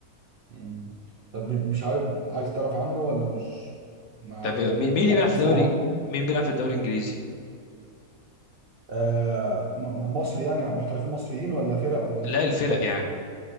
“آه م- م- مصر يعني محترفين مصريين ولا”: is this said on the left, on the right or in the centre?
Right